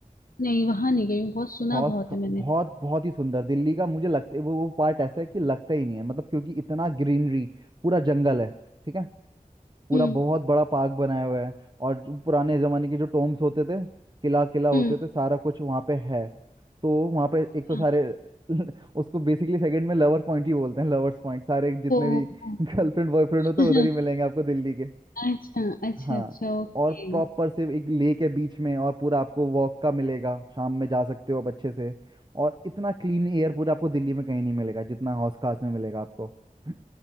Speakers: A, on the left; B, on the right.
A: नहीं वहां नहीं गई हूँ बहुत सुना
B: हौस
A: बहुत
B: खा-
A: है मैंने
B: बहुत बहुत ही सुंदर दिल्ली का मुझे लगता है वो वो पार्ट ऐसा है कि लगता ही नहीं है मतलब क्योंकि इतना ग्रीनरी पूरा जंगल है ठीक है पूरा
A: हम्म
B: बहुत बड़ा पार्क बनाया हुआ है और जो पुराने जमाने के जो टोम्स होते थे किला किला होते
A: हम्म
B: थे सारा कुछ वहाँ पे है तो वहाँ पे एक तो
A: हाँ,
B: सारे <laughs> उसको बेसिकली सेकंड में लवर्स पॉइंट ही बोलते हैं लवर्स पॉइंट सारे जितने
A: ओ,
B: भी <laughs>
A: ओ
B: गर्लफ्रेंड बॉयफ्रेंड
A: <laughs>
B: होते हैं उधर ही मिलेंगे आपको दिल्ली के
A: अच्छा अच्छा
B: हाँ
A: अच्छा ओके
B: और प्रॉपर से एक लेक है बीच में और पूरा आपको वॉक का मिलेगा शाम में जा सकते हो आप अच्छे से और इतना क्लीन एयर पूरा आपको दिल्ली में कहीं नहीं मिलेगा जितना हौस खास में मिलेगा आपको <laughs>